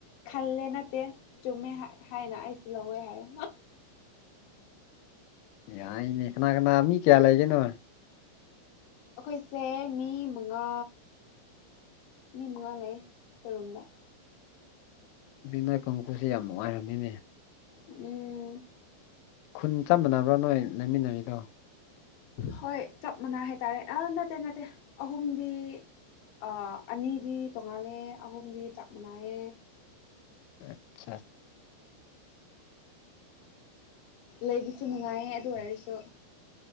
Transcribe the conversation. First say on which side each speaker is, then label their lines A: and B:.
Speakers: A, on the left; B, on the left.
A: ꯈꯜꯂꯦ ꯅꯠꯇꯦ ꯆꯨꯝꯃꯦ ꯍꯥꯏꯅ ꯑꯩꯁꯨ ꯂꯧꯋꯦ ꯍꯥꯏꯌꯨ꯫
B: ꯌꯥꯏꯅꯦ ꯀꯅꯥ-ꯀꯅꯥ ꯃꯤ ꯀꯌꯥ ꯂꯩꯒꯦꯅꯣꯏ
A: ꯑꯩꯈꯣꯏꯁꯦ ꯃꯤ ꯃꯉꯥ ꯃꯤ ꯃꯉꯥ ꯂꯩ ꯑꯩꯈꯣꯏ ꯔꯣꯝꯗ
B: <unintelligible> ꯕꯤꯅꫭꯏ ꯀꯥꯡꯕꯨꯨꯁꯦ ꯌꯥꯝ ꯅꯨꯡꯉꯥꯏꯔꯃꯤꯅꯦ
A: ꯎꯝ
B: ꯈꯨꯟ ꯆꯞ ꯃꯅꯕ꯭ꯔꯥ ꯅꯣꯏ ꯂꯩꯃꯤꯟꯅꯔꯤꯗꯣ
A: ꯍꯣꯏ ꯆꯞ ꯃꯥꯟꯅ ꯍꯥꯏꯇꯥꯔꯦ ꯑꯥ ꯅꯠꯇꯦ ꯅꯠꯇꯦ ꯑꯍꯨꯝꯗꯤ ꯑ ꯑꯅꯤꯗꯤ ꯇꯣꯉꯥꯜꯂꯦ ꯑꯍꯨꯝꯗꯤ ꯆꯥꯞ ꯃꯅꯥꯏꯑꯦ
B: ꯑꯆꯥ
A: <inaudible> ꯂꯩꯕꯁꯨ ꯅꯨꯡꯉꯥꯏꯌꯦ ꯑꯗꯨ ꯑꯣꯏꯔꯁꯨ